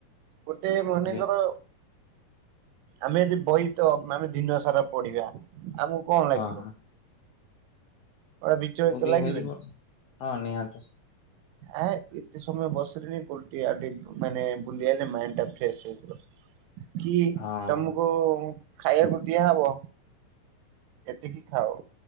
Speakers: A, on the right; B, on the left.
A: ଗୋଟେ ମନେକର
B: ଲି
A: ଆମେ ଆଜି ବହି ତ ମାନେ ଦିନ ସାରା ପଡିବା। ଆମକୁ କଣ ଲାଗିବ।
B: ହଁ ହଁ
A: ଗୋଟେ ବିଚଳିତ
B: ପୁରି
A: ଲାଗିବନି।
B: ବାହାରିବ ହଁ ନିହାତି।
A: ଆ ଏତେ ସମୟ ବସିଲିନି କଉଟି ଟିକେ ଆଉ ଟିକେ ମାନେ ବୁଲି ଆଇଲେ ମାଇଣ୍ଡ୍ ଟା ଫ୍ରେସ୍ ହେଇଯିବ। କି
B: ହଁ
A: ତମକୁ ଖାଇବାକୁ ଦିଆହବ ଏତିକି ଖାଅ